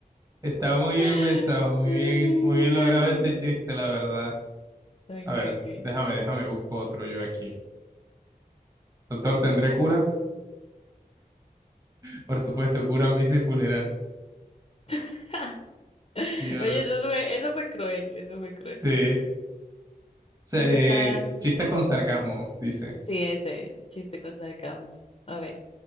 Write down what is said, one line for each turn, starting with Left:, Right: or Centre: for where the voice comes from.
Right: Está muy bien
Left: Ay,
Right: pensado, muy
Left: qué
Right: bien, muy bien logrado
Left: risa.
Right: ese chiste, la verdad.
Left: Okay,
Right: A ver,
Left: okay.
Right: déjame, déjame, busco otro yo aquí. Doctor, ¿tendré cura? Por supuesto, cura, misa y funeral.
Left: <laughs>
Right: Dios.
Left: Oye, eso fue, eso fue cruel, eso fue cruel.
Right: Sí. Se-
Left: Eso está,
Right: eh, chistes con sarcasmo, dice.
Left: sí, ese chiste con sarcasmo. A ver,